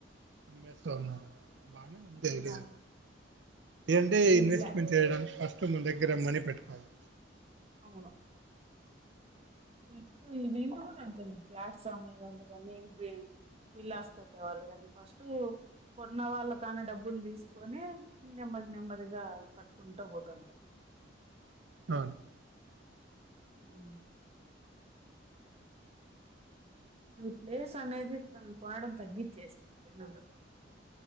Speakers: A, on the right (about 75°); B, on the right (about 35°).
A: అమ్మెస్త ఉన్నారు బానే ఉంది
B: అవును
A: ఐడియా
B: దాని
A: ఏమంటే
B: ఇది
A: ఇన్వెస్ట్మెంట్
B: లే
A: చేయడానికి కష్టం ఓకే మన దగ్గర మనీ పెట్టుకోవాలి
B: అవును ఇప్పుడు ఈ వీళ్ళు కూడా అంతే ప్లాట్స్ అమ్మే వాళ్ళు కాని విలాస్ కట్టే వాళ్ళు కాని ఫస్ట్ కొన్న వాళ్ళ తన డబ్బులు తీసుకొని నెమ్మది నెమ్మదిగా కట్టుకుంటా పోతుంటారు
A: అవును
B: మ్మ్ ప్లేస్ అనేది కొనడం తగ్గిచ్చేసినారు తినను <unintelligible>